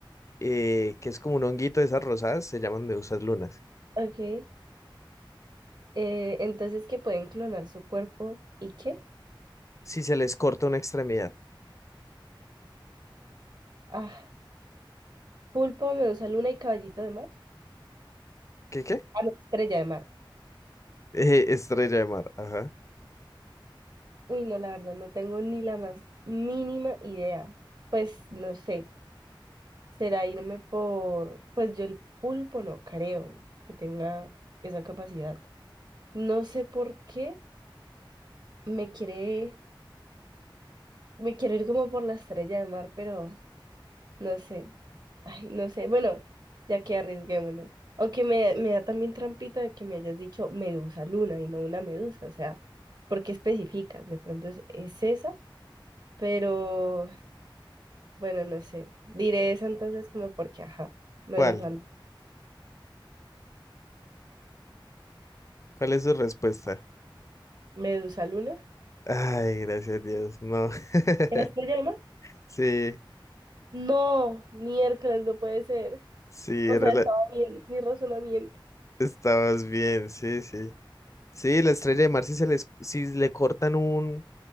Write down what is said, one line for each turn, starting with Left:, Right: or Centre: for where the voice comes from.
Left: eh, que es como un honguito de esas rosadas, se llaman medusas lunas.
Right: Ok. eh, entonces, que pueden clonar su cuerpo? ¿Y qué?
Left: Si se les corta una extremidad.
Right: Ah, pulpo, medusa luna y caballito de mar.
Left: ¿Qué qué? <laughs>
Right: Ah, no, estrella de mar.
Left: Eh, estrella de mar, ajá.
Right: Uy, no, la verdad, no tengo ni la más mínima idea. Pues no sé, será irme por, pues yo el pulpo no creo que tenga esa capacidad. No sé por qué me quiere, me quiero ir como por la estrella de mar, pero no sé. Ay, no sé. Bueno, ya que arriesguémonos. O que me, me da también trampita de que me hayas dicho medusa luna y no una medusa. O sea, ¿por qué especificas? De pronto es es esa. Pero Bueno, no sé. Diré eso entonces como porque, ajá, Medusa,
Left: ¿Cuál? ¿Cuál es su respuesta?
Right: Medusa Luna.
Left: Ay, gracias a Dios, no. <laughs>
Right: ¿Eres que llama?
Left: Sí,
Right: No, miércoles no puede ser.
Left: sí,
Right: O
Left: era
Right: sea,
Left: la...
Right: estaba bien mi razonamiento.
Left: Estabas bien, sí, sí. Sí, la estrella de mar, si se les, si le cortan un,